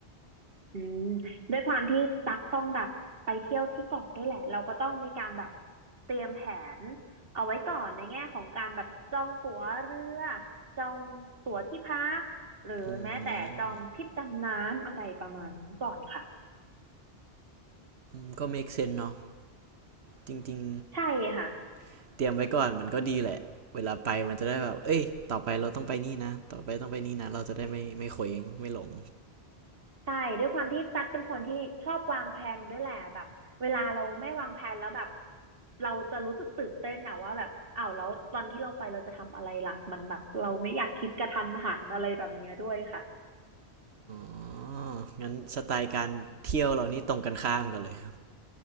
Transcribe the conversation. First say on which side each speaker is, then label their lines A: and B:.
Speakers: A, on the right; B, on the right.
A: อืมด้วยความที่ตักต้องแบบไปเที่ยวที่เกาะด้วยแหละ เราก็ต้องมีการแบบเตรียมแผนเอาไว้ก่อนในแง่ของการแบบจองตั๋วเรือ จองตั๋วที่พักหรือแม้แต่จองทริปดำน้ำอะไรประมาณนี้ก่อนค่ะ
B: อืมมก็ make sense เซนส์เนาะจริง
A: ใช่ค่ะ
B: ๆเตรียมไว้ก่อนมันก็ดีแหละเวลาไปมันจะได้แบบเอ้ยต่อไปเราต้องไปนี่นะต่อไปต้องไปนี่นะเราจะได้ไม่ไม่เขวงไม่หลง
A: ใช่ด้วยความที่ตั๊กเป็นคนที่ชอบวางแผนด้วยแหละแบบเวลาเราไม่วางแผนแล้วแบบเราจะรู้สึกตื่นเต้นอะว่าแบบอ้าวแล้วตอนที่เราไปเราจะทำอะไรล่ะมันแบบเราไม่อยากคิดกระทันหันอะไรแบบเนี้ยด้วยค่ะ
B: อ๋องั้นสไตล์การเที่ยวเรานี่ตรงกันข้ามกันเลย